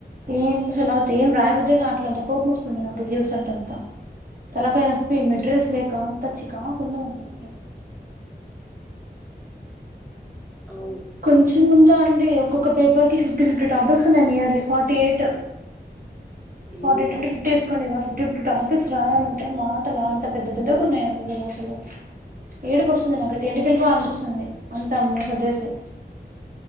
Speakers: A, on the right; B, in the centre.
A: ఏం అసలపోతే ఏం రాయబ <unintelligible> గా అట్లంత కోపం వస్తుందిడు దీస్ అంటేంత తలకాయినోప్పి మెటీరియల్స్ లేక అంత చికాకు ఉన్నదండి
B: అవును
A: కొంచెం ఉన్నదాఅండి ఒక్కొక్క పేపర్ కి ఫిఫ్టీ ఫిఫ్టీ టాపిక్స్ ఉన్నాయి నియర్లీ ఫార్టీ ఎయిట్
B: ఏం
A: ఫార్టీ ఎయిట్
B: కా
A: అంటే ఫిఫ్టీ వేసుకోండి ఇగ ఫిఫ్టీ టాపిక్స్ రాయాలం అంటే మాటలా అంతా పెద్ద పెద్దగా ఉన్నాయి అవి అసలు ఏడుపువస్తుంది నాకైతే ఇంటికెళ్ళిపోవాలనిపిస్తుంది అంతా సర్దసి